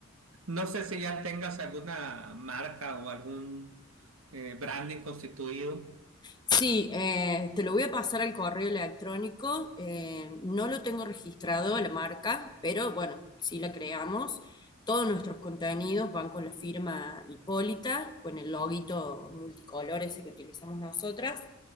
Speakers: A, on the right; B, on the left.
A: no sé si ya tengas alguna marca o algún eh, branding constituido.
B: Sí, eh, te lo voy a pasar al correo electrónico. eh, no lo tengo registrado la marca, pero bueno, sí la creamos. Todos nuestros contenidos van con la firma Hipólita, con el loguito multicolor ese que utilizamos nosotras.